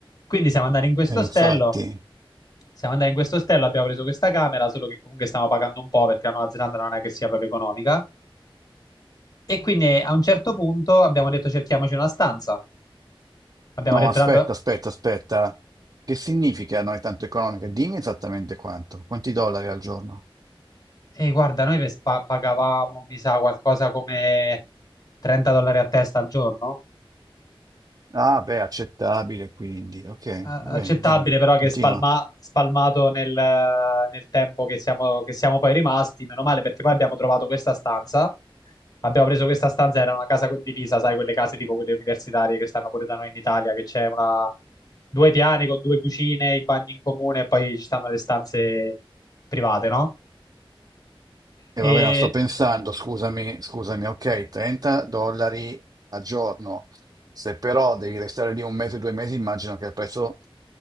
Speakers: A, on the left; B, on the right.
A: Quindi siamo andati in questo
B: E infatti,
A: ostello, siamo andati in questo ostello, abbiamo preso questa camera, solo che comunque stiamo pagando un po' perché la Nuova Zelanda non è che sia proprio economica. E quindi eh, a un certo punto abbiamo detto cerchiamoci una stanza. Abbiamo
B: no,
A: detto
B: ma aspetta,
A: tanto,
B: aspetta, aspetta, che significa non è tanto economica? Dimmi esattamente quanto, quanti dollari al giorno?
A: "Ehi, guarda, noi per spa- pagavamo, mi sa, qualcosa come 30 dollari a testa al giorno.
B: Ah, beh, accettabile quindi, ok,
A: A-
B: va
A: Accettabile
B: bene, dimmi,
A: però che
B: continua.
A: spalma- spalmato nel, nel tempo che siamo, che siamo poi rimasti, meno male perché poi abbiamo trovato questa stanza. Abbiamo preso questa stanza, era una casa condivisa, sai, quelle case tipo quelle universitarie che stanno pure da noi in Italia, che c'è una... due piani con due cucine, i bagni in comune e poi ci stanno le stanze private, no? E,
B: E va bene, sto pensando, scusami, scusami, ok, 30 dollari al giorno. Se però devi restare lì un mese, due mesi, immagino che il prezzo